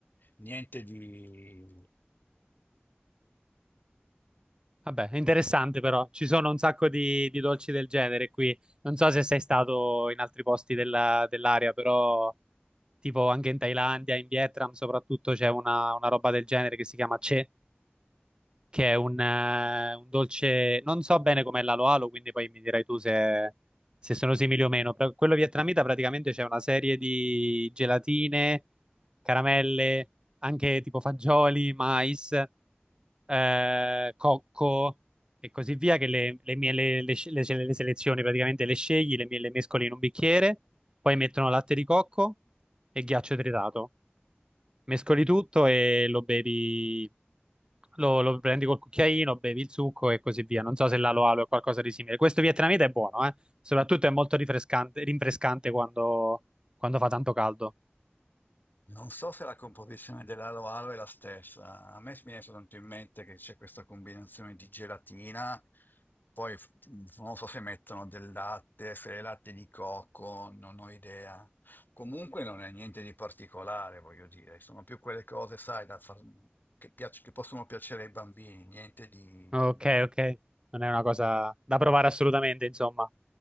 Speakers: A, on the left; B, on the right.
A: niente di...
B: Vabbè, è interessante però, ci sono un sacco di, di dolci del genere qui. Non so se sei stato in altri posti della- dell'area, però tipo anche in Thailandia, in Vietnam soprattutto c'è una, una roba del genere che si chiama Che. che è un, eh, un dolce, non so bene com'è l'alo alo, quindi poi mi dirai tu se, se sono simili o meno. Però quello vietnamita praticamente c'è una serie di gelatine, caramelle, anche tipo fagioli, mais, eh, cocco e così via, che le, le mie- le- le sce- le- le selezioni praticamente le scegli, le, mie- le mescoli in un bicchiere, poi mettono latte di cocco e ghiaccio tritato mescoli tutto e lo bevi, lo, lo prendi col cucchiaino, bevi il succo e così via. Non so se l'alo alo è qualcosa di simile. Questo vietnamita è buono, eh? Soprattutto è molto rinfrescante, rinfrescante quando, quando fa tanto caldo.
A: Non so se la composizione dell'alo alo è la stessa. A me mi viene soltanto in mente che c'è questa combinazione di gelatina, poi f- non so se mettono del latte, se è latte di cocco, non ho idea. Comunque non è niente di particolare, voglio dire. Sono più quelle cose, sai, da far- che, piac- che possono piacere ai bambini, niente di...
B: Ok, ok. Non è una cosa da provare assolutamente, insomma.